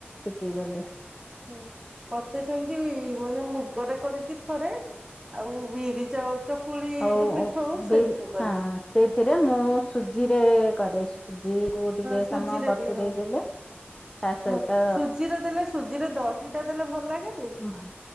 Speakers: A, on the left; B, on the right.
A: କି ଗଲେ
B: ହୁଁ ମତେ ସେମତି ମାନେ ମୁଗରେ କରିଛି ଥରେ ଆଉ ବିରି ଚାଉ ଚକୁଳି
A: ହଉ
B: ଯୋଉ ପିଠଉ
A: ବି
B: ସେଇଥିରେ
A: ହଁ
B: କରିଛି।
A: ସେଇଥିରେ ମୁଁ ସୁଜିରେ କରେ ସୁଜିକୁ ଟିକେ
B: ହଁ ସୁଜିରେ
A: ସମୟ ବତୁରେଇ
B: ବି ହଁ
A: ଦେଲେ ତା ସହିତ
B: ହଁ ସୁଜିରେ ଦେଲେ ସୁଜିରେ ଦହି ଟା ଦେଲେ ଭଲ ଲାଗେନ
A: ବ